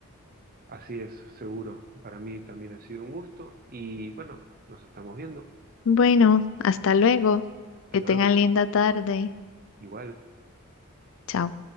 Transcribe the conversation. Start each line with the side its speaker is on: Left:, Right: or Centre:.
Right: Así es, seguro. Para mí también ha sido un gusto y bueno, nos estamos viendo.
Left: Bueno, hasta luego.
Right: Hasta
Left: Que
Right: luego.
Left: tengan linda tarde.
Right: Igual.
Left: Chao.